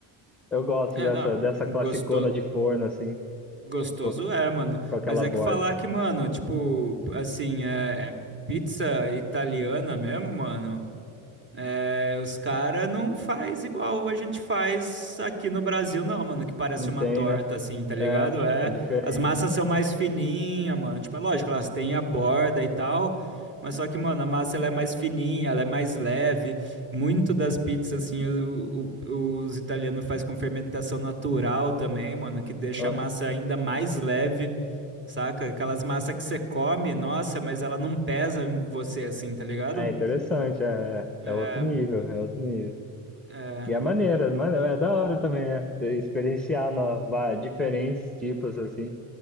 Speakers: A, in the centre; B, on the right (about 20°).
A: eu gosto
B: é,
A: dessa,
B: não,
A: dessa classicona
B: gosto,
A: de forno, assim,
B: gostoso
A: com,
B: é, mano.
A: com aquela
B: Mas é
A: borda.
B: que falar que, mano, tipo, assim, é, é pizza italiana mesmo, mano. É, os caras não faz igual a gente faz aqui no Brasil, não, mano, que parece
A: Não
B: uma
A: tem,
B: torta,
A: né?
B: assim, tá ligado?
A: É,
B: É,
A: é diferente,
B: as massas
A: né?
B: são mais fininhas, mano. Tipo, é lógico, elas têm a borda e tal, mas só que, mano, a massa ela é mais fininha, ela é mais leve. Muito das pizzas, assim, o- o- os italianos faz com fermentação natural também, mano, que deixa
A: Ah,
B: a massa ainda mais leve, saca? Aquelas massas que você come, nossa, mas ela não pesa em você, assim, tá ligado?
A: É interessante, é, é
B: É,
A: é outro nível, é outro nível.
B: é.
A: E é maneira, mano, é da hora também, é, ter- experienciar no, va- diferentes tipos, assim.